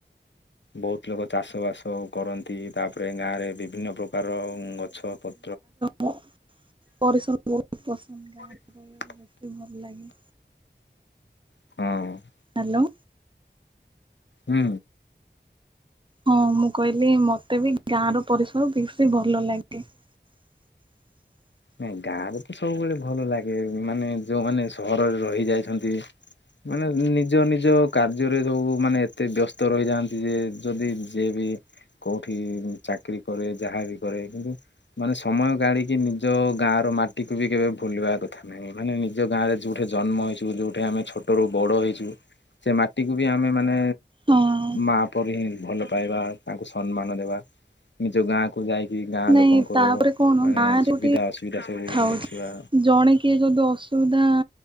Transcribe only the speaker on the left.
ବହୁତ ଲୋକ ଚାଷ ବାସ କରନ୍ତି ତାପରେ ଗାଁରେ ବିଭିନ୍ନ ପ୍ରକାର ଗଛ ପ
ହ
<unintelligible>
ହଁ।
ହୁଁ।
ନାଇଁ ଗାଁ ର ତ ସବୁବେଳେ ଭଲ ଲାଗେ ମାନେ ଯୋଉମାନେ ସହରରେ ରହି ଯାଇଛନ୍ତି ମାନେ ନିଜ ନିଜ କାର୍ଯ୍ୟରେ ସବୁ ମାନେ ଏତେ ବ୍ୟସ୍ତ ରହିଥାନ୍ତି ଯେ ଯଦି ଯିଏ ବି କୋଉଠି ଚାକିରୀ କରେ ଯାହା ବିି କରେ କିନ୍ତୁ ମାନେ ସମୟ ଗାଢିକି ନିଜ ଗାଁ ର ମାଟିକୁ ବି କେବେ ଭୁଲିବା କଥା ନାଇଁ ମାନେ ନିଜ ଗାଁ ରେ ଯୋଉଠି ଜନ୍ମ ହେଇଛୁ ଯୋଉଠି ଆମେ ଛୋଟରୁୁ ବଡ ହେଇଛୁ ସେ ମାଟିକୁୁ ବି ଆମେ ମାନେ
ମାପରି ହିଁ ଭଲ ପାଇବା ତାଙ୍କୁ ସମ୍ମାନ ଦେବା। ନିଜ ଗାଁକୁ ଯାଇକି ଗାଁ
ଲୋକଙ୍କର
ମାନେ
ସୁବିଧା
ଅସୁବିଧା ସବୁ
ଦେଖିବା।